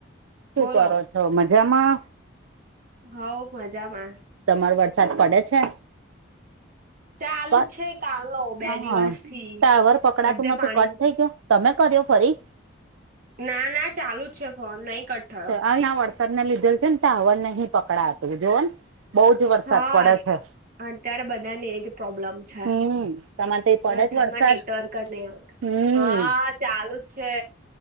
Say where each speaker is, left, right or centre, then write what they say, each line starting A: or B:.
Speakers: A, on the right; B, on the right.
A: શું
B: બોલો
A: કરો છો? મજામાં.
B: હવ મજામાં.
A: તમાર વરસાદ પડે છે?
B: ચાલુ
A: કટ
B: જ છે કાલો બે
A: અ
B: દિવસ થી
A: ટાવર પકડાતું
B: બધે
A: નતું
B: પાણી
A: કટ થઇ ગયો? તમે કર્યો ફરી?
B: ના ના ચાલુ જ છે ફોન. નહીં કટ થયો.
A: <unintelligible> વરસાદ ને લીધે છે ને ટાવરને નહીં પકડાતું જોવો ને બહુ જ વરસાદ
B: હા
A: પડે છે.
B: અત્યારે બધાને એજ પ્રોબ્લેમ છે.
A: હમ તમારે તો પડે
B: વરસાદમાં
A: જ વરસાદ
B: નેટવર્ક જ નહી આવતું.
A: હમ
B: હા ચાલુ જ છે.